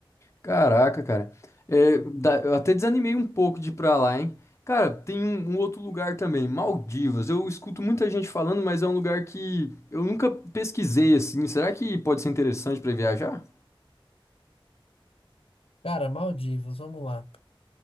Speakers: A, on the left; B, on the left.
A: Caraca, cara. É, da- eu até desanimei um pouco de ir pra lá, hein? Cara, tem um, um outro lugar também, Maldivas. Eu escuto muita gente falando, mas é um lugar que eu nunca pesquisei assim. Será que pode ser interessante pra viajar?
B: Cara, Maldivas, vamos lá.